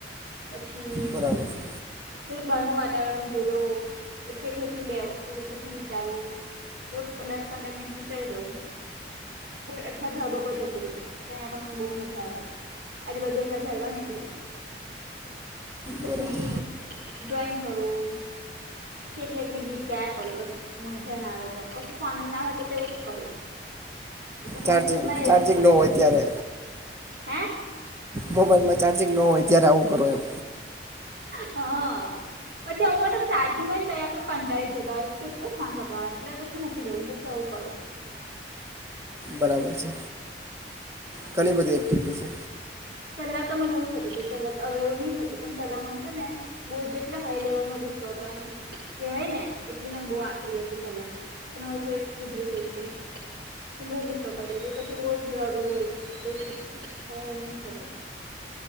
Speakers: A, on the right; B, on the right.
A: પછી
B: બરાબર છે
A: બરનું વાતાવરણ જડો. પછી એકલી એકલી બે વતુ પછી વિચારું દસ પંદર મિનિટ વિચારી દઉં. અઠવા ઢાબા પર જતી રહ તો અહીંયા પણ મને બહુ મજા આવે. આજુ-બાજુ એકલા જારવા ને એટલે પછી
B: બરાબર
A: ડ્રોઈંગ કરવું. પછી એકલે એકલી ગીત ગાયા કરું મજા ના આવે તો કશું આનંદ આવે તો તેવું જ કરું. હોસ્ટેલમાં
B: ચાર્જિંગ
A: એવું
B: ચાર્જિંગ
A: જ કરતી
B: ન હોય
A: હતી
B: ત્યારે
A: હે.
B: મોબાઈલમાં ચાર્જિંગ ન હોય ત્યારે આવું કરો એમ.
A: હ. પછી આવું કડે ચાર્જિંગ હોયને તો એ આપડે કંટાળી જતા હોય કેટલું ફોન પકડવાનું એટલે પછ મૂકી દઉં પછી એવું કરું.
B: બળાબર છે. ઘણી બધી એક્ટિવિટી છે.
A: પેલા તો મને એવું થતું તું પેલા તો હવે એવું નઈ થતું પણ પેલા મન છે ને બોજ એટલો હાઈ લેવલ નો ગુસ્સો તો એમ કેવાય ને એટલી મેં બઉ આકરી હતી પેલા. પણ હવે થોડી સુધરી ગઈ છે. બો ગુસ્સો કરતી તી પછી વર જરાડું હોય તો ખ હવે એવું નહી થતું.